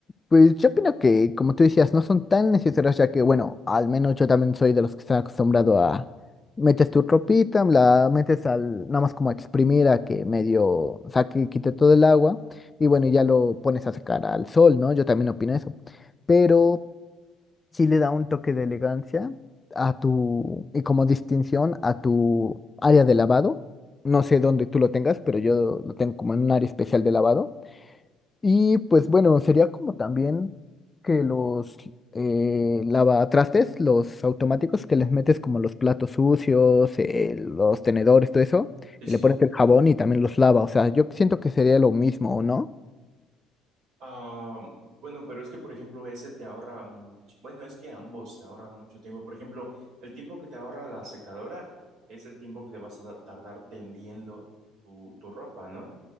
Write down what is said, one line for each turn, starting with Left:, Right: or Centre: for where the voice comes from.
Left: Pues yo opino que, como tú decías, no son tan necesarias, ya que, bueno, al menos yo también soy de los que están acostumbrado a metes tu ropita, la metes al, nada más como a exprimir a que medio saque y quite todo el agua, y bueno, ya lo pones a secar al sol, ¿no? Yo también opino eso. Pero sí le da un toque de elegancia a tu, y como distinción a tu área de lavado. No sé dónde tú lo tengas, pero yo lo tengo como en un área especial de lavado. Y pues bueno, sería como también que los eh, lavatrastes, los automáticos que les metes como los platos sucios, eh, los tenedores, todo eso,
Right: Sí,
Left: y
Right: sí.
Left: le pones el jabón y también los lava. O sea, yo siento que sería lo mismo, ¿o no?
Right: Ah, bueno, pero es que, por ejemplo, ese te ahorra mucho. Bueno, es que ambos te ahorran mucho tiempo. Por ejemplo, el tiempo que te ahorra la secadora es el tiempo que te vas a da- tardar tendiendo tu, tu ropa, ¿no?